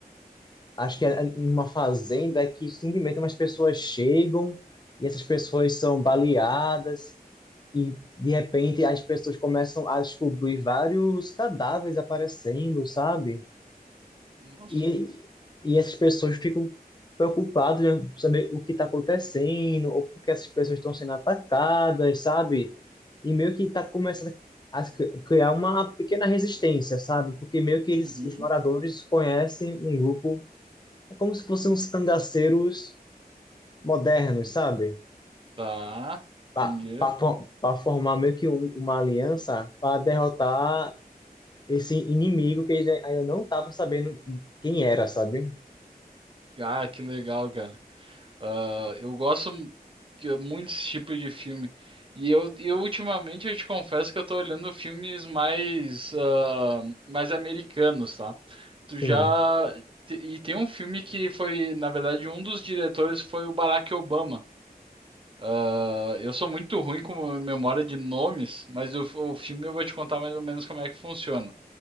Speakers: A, on the left; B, on the right.
A: acho que é é numa fazenda que simplesmente umas pessoas chegam e essas pessoas são baleadas e de repente as pessoas começam a descobrir vários cadáveres aparecendo, sabe?
B: Nossa.
A: E, e essas pessoas ficam preocupadas, né, com saber o que está acontecendo, ou porque essas pessoas estão sendo atacadas, sabe? E meio que está começando a cri- criar uma pequena resistência, sabe? Porque meio que eles,
B: Uhum.
A: os moradores, conhecem um grupo, é como se fossem uns cangaceiros modernos, sabe?
B: Tá.
A: Para
B: Entendi.
A: formar meio que um- uma aliança para derrotar esse inimigo que eles ainda não estavam sabendo quem era, sabe?
B: Ah, que legal, cara. Ah, eu gosto mu- que é muito desse tipo de filme. E eu, eu ultimamente eu te confesso que eu tô olhando filmes mais, ah, mais americanos, tá? Tu já.
A: Sim,
B: te- E tem um filme que foi, na verdade, um dos diretores foi o Barack Obama. Ah, eu sou muito ruim com memória de nomes, mas o, o filme eu vou te contar mais ou menos como é que funciona.